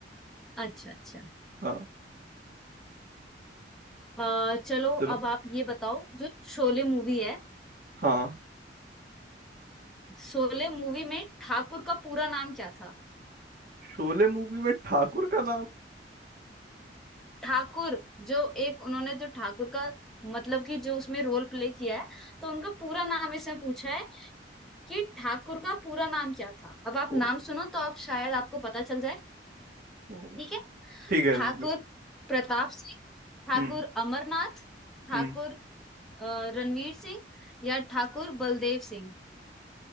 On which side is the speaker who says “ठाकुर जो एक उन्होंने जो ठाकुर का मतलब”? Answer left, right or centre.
Centre